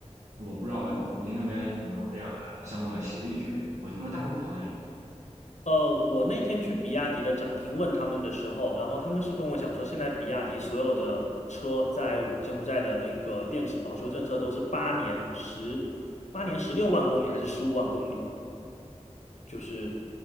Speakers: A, on the right; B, on the left.
A: 我不知道您那边有没有这样的相关的协议之类的。我听说大陆好像有。
B: 呃，我那天去比亚迪的展厅问他们的时候，然后他们是跟我讲说，现在比亚迪所有的车在柬埔寨的那个电池保修政策都是八年十八年十六万公里还是十五万公里，就是